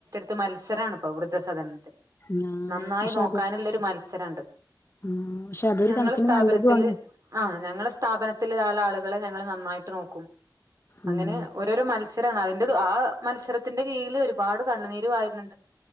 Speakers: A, on the right (about 45°); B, on the left (about 35°).
A: ത്ത് മത്സരണിപ്പോ വൃദ്ധസദനത്തിന്
B: ആ
A: നന്നായി
B: പക്ഷെ
A: നോക്കാനുള്ള
B: അത്
A: ഒരു മത്സരവുണ്ട്.
B: ഉം പക്ഷെ അതൊരു
A: ഞങ്ങള്
B: കണക്കിന്
A: സ്ഥാപനത്തില്
B: നല്ലതും ആണ്
A: ആഹ് ഞങ്ങളെ സ്ഥാപനത്തിലുള്ള ആളുകളെ ഞങ്ങള് നന്നായിട്ട് നോക്കും
B: ഉം
A: അങ്ങനെ ഒരു അതൊരു മത്സരാവാണ് അതിന്റെ ആ മത്സരത്തിന്റെ കീഴില് ഒരുപാട് കണ്ണുനീര് വാരുന്നുണ്ട്.